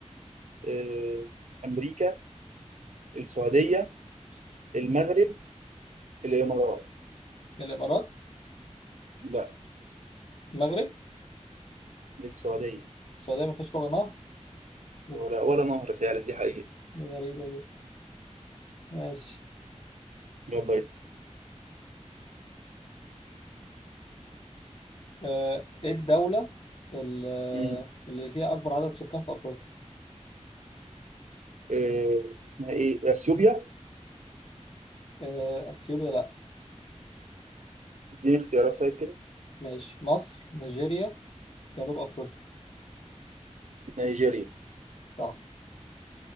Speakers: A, on the right (about 75°); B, on the left (about 50°).
A: آه، أمريكا السعودية المغرب الإمارات
B: الامارات
A: لا
B: المغرب
A: السعودية
B: السعوديه ما فيهاش ولا نهر اوف
A: ولا ولا نهر فعلا دي حقيقة
B: دي غريبه دي ماشي
A: يلا
B: آه، ايه الدوله ال-
A: اسأل
B: اللي فيها اكبر عدد سكان في افريقيا
A: آه، اسمها ايه اثيوبيا
B: آه، اثيوبيا لا
A: اديني اختيارات طيب كده
B: ماشي مصر نيجيريا جنوب افريقيا
A: نيجيريا
B: صح